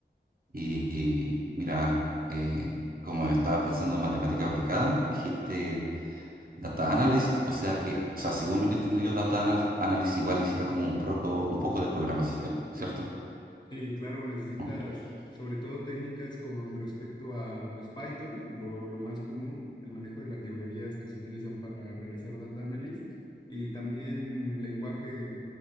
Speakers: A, on the right; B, on the left.
A: Y, y mira, eh, como estaba pensando en matemática aplicada, dijiste Data Analyst, o sea que, o sea, según lo que entiendo yo, Data anal- Analyst igual necesita como un poco, un poco de programación, ¿cierto?
B: Sí, claro, necesitas
A: ¿Mm?
B: sobre todo técnicas con respecto a pues Python, lo, lo más común, el manejo de las librerías que se utilizan para realizar data analysis y también lenguaje